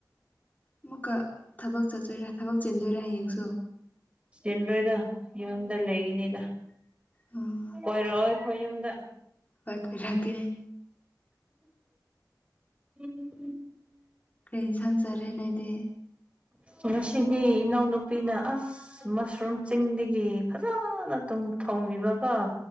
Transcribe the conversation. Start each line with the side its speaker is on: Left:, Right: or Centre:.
Left: ꯑꯃꯨꯛꯀ ꯊꯕꯛ ꯆꯠꯇꯣꯏꯔ ꯊꯕꯛ ꯆꯥꯟꯗꯣꯏꯔꯥ ꯍꯌꯦꯡꯁꯨ
Right: ꯆꯤꯟꯗꯣꯏꯗ ꯌꯨꯝꯗ ꯂꯩꯒꯅꯤꯗ
Left: ꯎꯝ
Right: ꯀꯣꯏꯔꯛꯑꯣꯏ ꯈꯣꯏ ꯌꯨꯝꯗ
Left: ꯍꯣꯏ ꯀꯣꯏꯔꯛꯀꯦ
Right: ꯎꯝ <unintelligible>
Left: ꯀꯔꯤ ꯏꯟꯁꯥꯡ ꯆꯥꯔꯦ ꯅꯣꯏꯗꯤ
Right: ꯉꯁꯤꯗꯤ ꯏꯅꯥꯎꯅꯨꯄꯤꯅ ꯑꯁ ꯃꯁꯔꯨꯝ ꯆꯤꯡꯗꯒꯤ ꯐꯖꯅ ꯇꯨꯝ ꯊꯣꯡ ꯕꯤꯕꯀꯣ